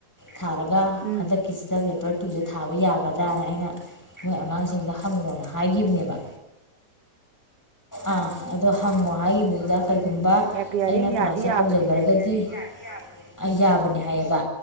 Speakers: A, in the centre; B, on the right (about 50°).
A: ꯊꯥꯔꯒ
B: ꯎꯝ
A: ꯍꯟꯗꯛꯀꯤꯁꯤꯗ ꯄꯦꯄꯔ ꯇꯨꯁꯦ ꯊꯥꯕ ꯌꯥꯒꯗ꯭ꯔꯥꯅ ꯑꯩꯅ ꯃꯣꯏ ꯑꯉꯥꯡꯁꯤꯡꯗ ꯍꯪꯉꯣꯅ ꯍꯥꯏꯈꯤꯕꯅꯦꯕ ꯑꯥ ꯑꯗꯣ ꯍꯪꯉꯣ ꯍꯥꯏꯈꯤꯕꯗꯨꯗ ꯀꯩꯒꯨꯝꯕ
B: ꯎꯝ ꯑꯦꯄꯤꯌꯥꯔꯤꯡ
A: ꯑꯩꯅ ꯀ꯭ꯂꯥꯁꯁꯦ
B: ꯌꯥꯗꯤ ꯌꯥꯕꯅꯦ
A: ꯍꯧꯖꯈ꯭ꯔꯒꯗꯤ ꯌꯥ ꯌꯥꯕꯅꯦ ꯍꯥꯏꯌꯦꯕ